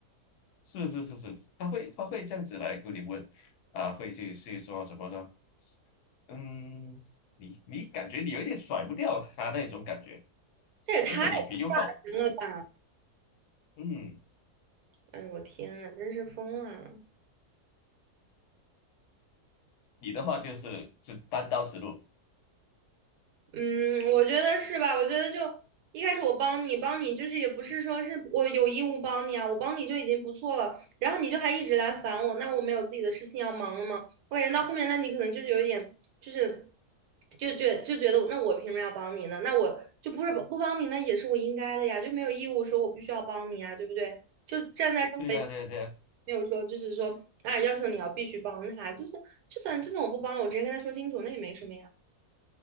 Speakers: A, on the left; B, on the right.
A: 是是是是，他会他会这样子来跟你问，啊，会去去说怎么呢？嗯，你你感觉你有一点甩不掉他那种感觉，
B: 这也太吓人了吧！
A: 而且脸皮又厚，嗯，
B: 哎呦，我天呐，真是疯了。
A: 你的话就是只单刀直入，
B: 嗯，我觉得是吧？我觉得就一开始我帮你，帮你就是也不是说是我有义务帮你啊，我帮你就已经不错了。然后你就还一直来烦我，那我没有自己的事情要忙了吗？我感觉到后面，那你可能就是有一点，就是就觉就觉得我，那我凭什么要帮你呢？那我就不是不帮你，那也是我应该的呀，就没有义务说我必须要帮你啊，对不对？就站在任何一个
A: 对呀、对呀、对呀、
B: 没有说就是说啊，要求你要必须帮他，就是就算就算我不帮了，我直接跟他说清楚，那也没什么呀。